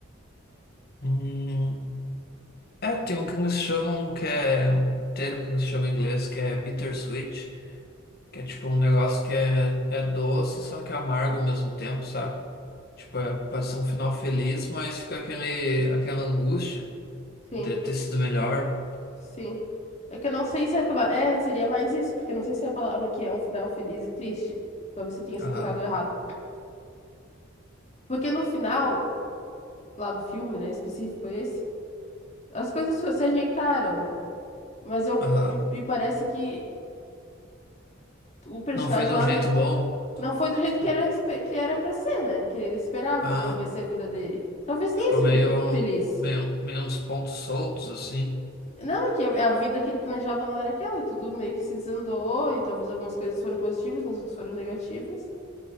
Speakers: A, on the left; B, on the left.
A: Hum, É, tem um que eles chamam, que é um termo que eles chamam em inglês, que é bittersweet, que é tipo um negócio que é, é doce, só que amargo ao mesmo tempo, sabe? Tipo, é, pode ser um final feliz, mas fica aquele, aquela angústia
B: Sim,
A: de ter sido melhor.
B: sim. É que eu não sei se é a palavra. É, seria mais isso, porque eu não sei se é a palavra que é um final feliz e triste. Talvez eu tenha explicado
A: Aham,
B: errado. Porque no final, lá do filme, né, específico esse, as coisas fo- se ajeitaram, né? Mas eu.
A: aham.
B: E, e parece que o personagem
A: Não foi de
B: lá
A: um jeito
B: no,
A: bom.
B: Não foi do jeito
A: Tipo,
B: que era, espe- que era pra ser, né? Que ele esperava
A: ah,
B: como ia ser a vida dele. Talvez tenha
A: ficou
B: sido
A: meio,
B: feliz.
A: meio, meio uns pontos soltos, assim.
B: Não, é que a a vida que ele planejava não era aquela, e tudo meio que se desandou, e talvez algumas coisas foram positivas, mas outras foram negativas.